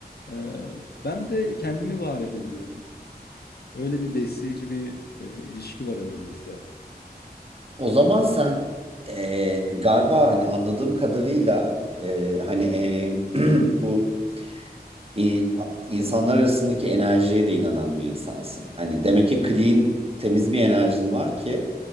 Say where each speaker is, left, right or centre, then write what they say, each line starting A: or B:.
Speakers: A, on the left (about 70°); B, on the right (about 35°).
A: e, ben de kendimi var edebiliyorum. Öyle bir besleyici bir e, ilişki var aramızda.
B: O zaman sen eee, galiba hani anladığım kadarıyla eee, hani eee, <clears throat> bu i- insanlar arasındaki enerjiye de inanan bir insansın. Hani demek ki clean temiz bir enerjin var ki